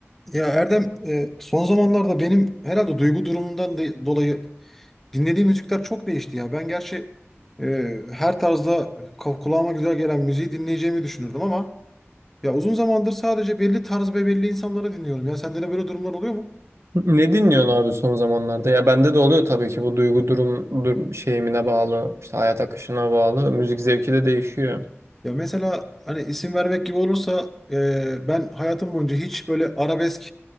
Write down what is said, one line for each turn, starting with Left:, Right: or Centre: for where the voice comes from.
Centre: Ya Erdem, e, son zamanlarda benim herhalde duygu durumumdan da- dolayı dinlediğim müzikler çok değişti ya. Ben gerçi e, her tarzda ka- kulağıma güzel gelen müziği dinleyeceğimi düşünürdüm ama ya uzun zamandır sadece belli tarz ve belli insanları dinliyorum. Ya sende de böyle durumlar oluyor mu?
Right: Ne dinliyorsun abi son zamanlarda? Ya bende de oluyor tabii ki bu duygu durum, dur şeyimine bağlı, işte hayat akışına bağlı. Müzik zevki de değişiyor.
Centre: Ya mesela hani isim vermek gibi olursa e, ben hayatım boyunca hiç böyle arabesk